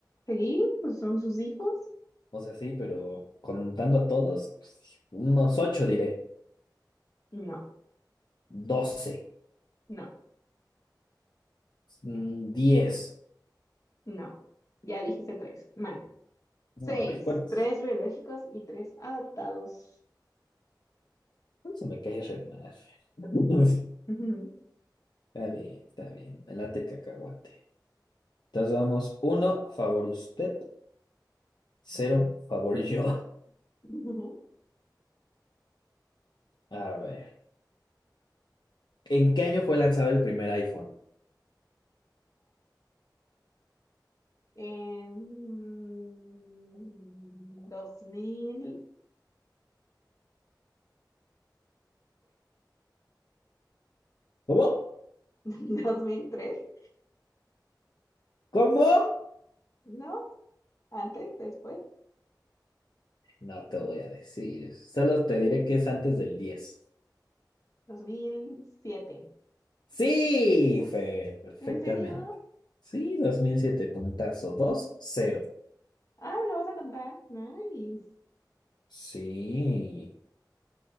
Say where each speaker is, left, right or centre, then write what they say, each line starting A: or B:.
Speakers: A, on the left (about 45°); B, on the left (about 70°).
A: ¿Seguí? Pues son sus hijos.
B: O sea, sí, pero contando a todos, pues, unos ocho diré.
A: No,
B: Doce.
A: no,
B: Mm, Diez.
A: no. Ya dijiste tres. Mal. Seis.
B: Ay, ¿cuántos?
A: Tres biológicos y tres adoptados.
B: ¿Cuántos se me cae re mal? <laughs>
A: <laughs> Ujú,
B: Está bien, está bien. Me late cacahuate. Entonces vamos, uno, favor usted, cero, favor yo.
A: ujú.
B: <laughs> A ver, ¿en qué año fue lanzado el primer iPhone?
A: En 2003.
B: ¿Cómo?
A: <laughs> ¿2003?
B: ¿Cómo?
A: ¿No? ¿Antes? ¿Después?
B: No te voy a decir, solo te diré que es antes del diez
A: ¿2007?
B: Sí, Fer, perfectamente.
A: ¿En serio?
B: Sí, 2007 puntazo, dos, cero.
A: Ah, ¿me lo vas a contar? Nice.
B: Sí,